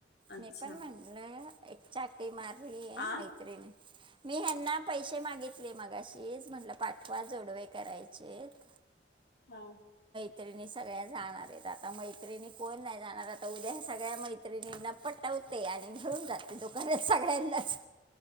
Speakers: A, on the left; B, on the right.
A: अच्छा
B: मी पण म्हटलं, एक चाटी मारली आहे
A: आ
B: मैत्रिणी मी ह्यांना पैसे मागितले मगाशीच, म्हटलं पाठवा जोडवे करायचेत
A: हा
B: मैत्रिणी सगळ्या जाणार आहेत, आता मैत्रिणी कोण नाही जाणार, आता उद्या ह्या सगळ्या मैत्रिणींना पट आणि घेवून जाते दुकानात सगळयांनाच